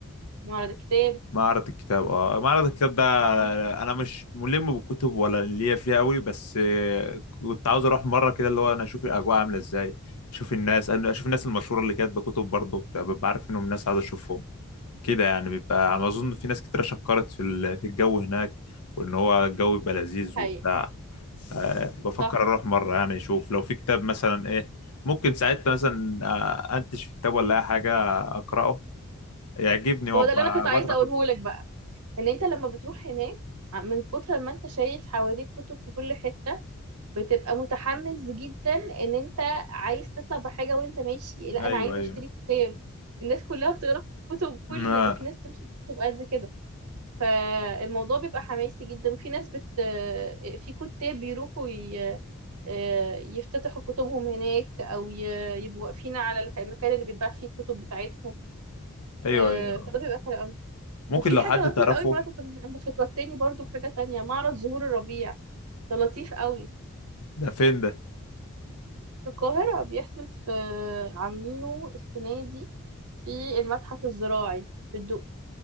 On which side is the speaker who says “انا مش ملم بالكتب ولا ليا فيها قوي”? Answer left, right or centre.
Left